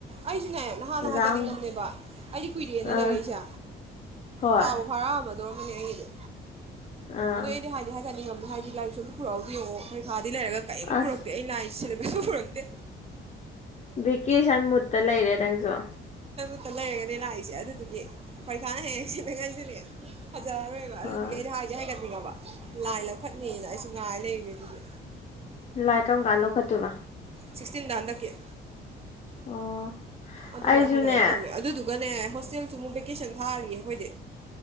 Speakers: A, on the right; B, on the left.
A: ꯑꯩꯁꯨ ꯁꯤꯅꯦꯍ ꯅꯍꯥꯟꯅ
B: ꯗꯗꯥ
A: ꯍꯥꯏꯒꯠꯅꯤꯡꯉꯝꯅꯦꯕ
B: ꯑꯝ
A: ꯑꯩꯗꯤ ꯀꯨꯏꯔꯦꯅ
B: ꯑꯥ
A: ꯂꯩꯔꯛꯏꯁꯦ
B: ꯍꯣꯏ
A: ꯐꯥꯕꯨ ꯐꯥꯔꯛꯑꯃꯗ ꯗꯣꯃꯅꯤ ꯑꯩꯔ
B: ꯑꯥ
A: ꯑꯗꯨ ꯑꯩꯗꯤ ꯍꯥꯏꯗꯤ ꯍꯥꯏꯒꯠ ꯅꯤꯡꯉꯝ ꯍꯥꯏꯗꯤ ꯂꯥꯏꯔꯤꯛ ꯁꯝ ꯄꯨꯔꯛꯎꯗꯤ ꯌꯦꯉꯩ ꯂꯩꯔꯒ ꯀꯔꯤꯝ
B: ꯑꯁ
A: ꯄꯨꯔꯛꯇꯦ ꯑꯩ ꯂꯥꯏ ꯐꯔꯠꯇ
B: ꯚꯦꯀꯦꯁꯟ ꯃꯨꯠꯇ ꯂꯩꯔꯦ ꯅꯪꯁꯨ
A: ꯂꯩꯔꯒꯅꯤ ꯂꯥꯛꯏꯁꯦ ꯑꯗꯨꯗꯨꯗꯤ ꯑꯩꯣꯏ ꯀꯦꯦ ꯀꯤꯂꯦ ꯐꯖꯔꯔꯣꯏꯕ
B: ꯍꯣꯏ
A: ꯑꯗꯨꯗꯨꯒꯤ ꯑꯩꯗꯤ ꯍꯥꯏꯒꯦ ꯍꯥꯏꯒꯠꯅꯤꯡꯉꯕ ꯂꯥꯏ ꯂꯧꯈꯠꯅꯦꯅ ꯑꯩꯁꯨ ꯉꯥꯏ ꯂꯩꯔꯤꯅꯦ ꯑꯗꯨꯗꯤ
B: ꯂꯥꯏ ꯀꯔꯝ ꯀꯥꯟ ꯂꯧꯈꯠꯇꯣꯏꯕ
A: ꯁꯤꯛꯁꯇꯤꯟꯗ ꯍꯟꯗꯛꯀꯤ
B: ꯑꯣ
A: ꯑꯗꯨꯗꯔ
B: ꯑꯩꯁꯨꯅꯦ
A: ꯍꯥꯏꯒꯠꯂꯒ ꯇꯧꯅꯦ ꯑꯗꯨꯗꯨꯒꯅꯦ ꯍꯣꯁꯇꯦꯜꯁꯨ ꯑꯃꯨꯛ ꯚꯦꯀꯦꯁꯟ ꯊꯥꯔꯤꯌꯦ ꯑꯩꯈꯣꯏꯗꯤ